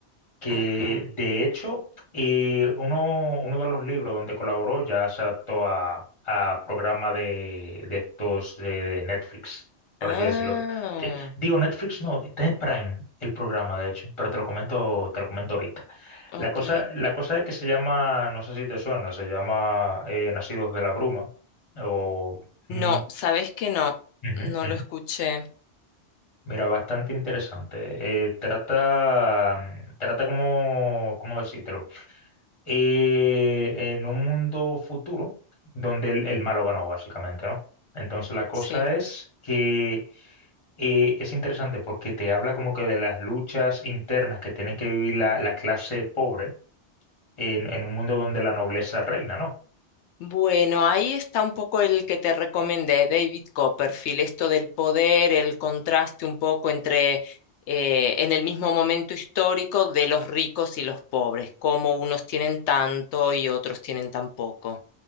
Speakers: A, on the left; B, on the left.
A: que
B: Ajá.
A: de hecho eh, uno, uno de los libros donde colaboró ya se adaptó a, a programa de, de estos de, de Netflix, por
B: Ah,
A: así decirlo. Que, digo, Netflix no, está en Prime el programa, de hecho, pero te lo comento, te lo comento ahorita.
B: ok.
A: La cosa, la cosa es que se llama, no sé si te suena, se llama eh, Nacidos de la Bruma. O,
B: No,
A: Mm,
B: sabes que no,
A: ujú,
B: no
A: ujú.
B: lo escuché.
A: Mira, bastante interesante. Eh, trata, trata como, ¿cómo decírtelo? eh, en un mundo futuro donde el, el malo ganó, básicamente, ¿no? Entonces la cosa
B: Sí.
A: es que eh, es interesante porque te habla como que de las luchas internas que tienen que vivir la, la clase pobre en, en un mundo donde la nobleza reina, ¿no?
B: Bueno, ahí está un poco el que te recomendé, David Copperfield, esto del poder, el contraste un poco entre eh, en el mismo momento histórico de los ricos y los pobres, cómo unos tienen tanto y otros tienen tan poco.